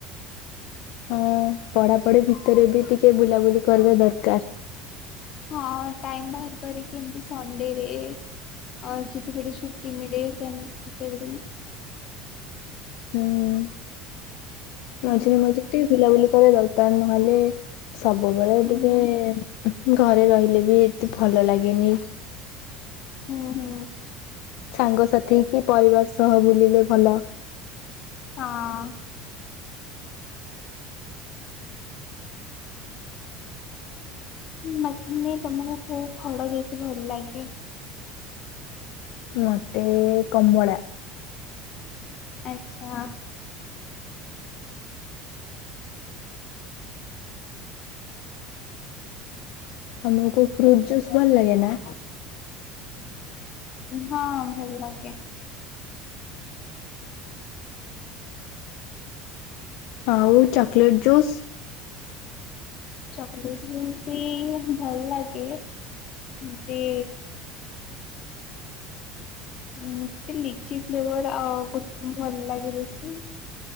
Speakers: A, on the left; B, on the left.
A: ହଁ ପଢାପଢି ଭିତରେ ବି ଟିକେ ବୁଲାବୁଲି କରିବା ଦରକାର।
B: ହଁ ଟାଇମ ବାହାର କରିକି ଏମତି ସଣ୍ଡେରେ। ଆ ଯେତେବେଳେ ଛୁଟି ମିଳେ ସେ ସେତେବେଳେ।
A: ହୁଁ ମଝିରେ
B: ହୁଁ
A: ମଝିରେ ଟିକେ ବୁିଲ ବୁଲି କରିବା ଦରକାର ନହେଲେ ସବୁବେଳେ
B: ହୁଁ
A: ଟିକେ ଘରେ ରହିଲେ ବି ଏତେ ଭଲ ଲାଗେନି।
B: ହଁ ହଁ।
A: ସାଙ୍ଗସାଥି କି ପରିବାର ସହ ବୁଲିଲେ ଭଲ।
B: ହଁ। <inaudible> ମାନେ ତମକୁ କୋଉ ଫଳ ବେଶି ଭଲ ଲାଗେ?
A: ମତେ କମ୍ବଳା।
B: ଆଚ୍ଛା।
A: ଆମକୁ ଫ୍ରୁଟ ଜୁସ୍ ଭଲ ଲାଗେ ନା?
B: ହଁ ହଁ ଭଲ ଲାଗେ।
A: ଆଉ ଚକୋଲେଟ୍ ଜୁସ୍।
B: ଚକଲେଟ ବି ଭଲ ଲାଗେ। ନ୍ତେ ମତେ ଲିଚି ଫ୍ଲେଭର ଆ ଭଲ ଲାଗେ ବେଶି।